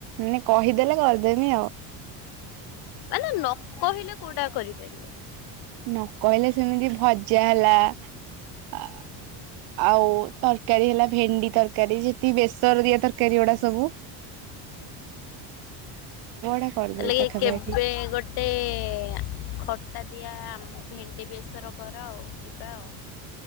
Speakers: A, on the right; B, on the left.
A: ନି କହିଦେଲେ କରିଦେମି
B: ଆଛା
A: ଆଉ।
B: ମାନେ ନ କହିଲେ କୋଉଟା କରିପାରିବ।
A: ନ କହିଲେ ସେମିତି ଭଜା ହେଲା ଆ-। ଆଉ ତରକାରୀ ହେଲା ଭେଣ୍ଡି ତରକାରୀ ଯେତି ବେସର ଦିଆ ତରକାରୀ ଗୁଡା ସବୁ-। <unintelligible>
B: ତାଲେ ଏ
A: ପାଖାପାଖି
B: କେବେ ଗୋଟେ-। ଖଟା ଦିଆ ଆମ ଭେଣ୍ଡି ବେସର କର ଆଉ ଯିବା ଆଉ।